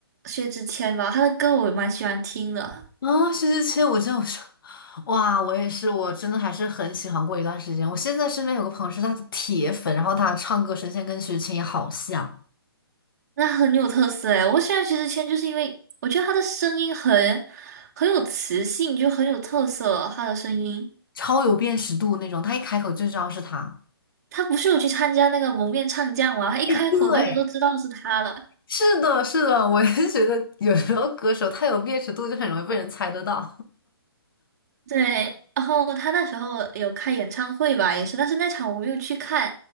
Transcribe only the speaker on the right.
薛之谦吧，他的歌我也蛮喜欢听的，
那很有特色诶。我喜欢薛之谦，就是因为我觉得他的声音很很有磁性，就很有特色，他的声音。
他不是有去参加那个蒙面唱将吗？他一开口大家都知道是他了。
对，然后他那时候有开演唱会吧，也是，但是那场我没有去看，